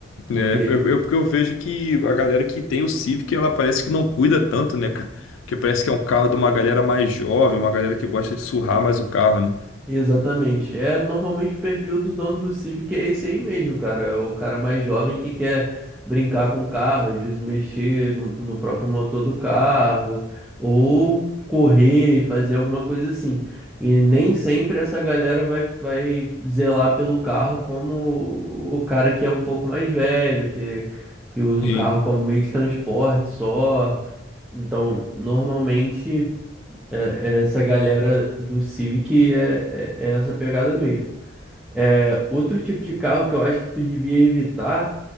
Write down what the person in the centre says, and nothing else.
Porque
Exatamente. É normalmente o perfil do dono do Civic é esse aí mesmo, cara. É o cara mais jovem que quer brincar com o carro, às vezes mexer no, no próprio motor do carro, ou correr, fazer alguma coisa assim. E nem sempre essa galera vai, vai zelar pelo carro como o cara que é um pouco mais velho, que, que usa
o carro como meio de transporte só. Então, normalmente. É- é essa galera do Civic é, é, é essa pegada mesmo. É, outro tipo de carro que eu acho que tu devia evitar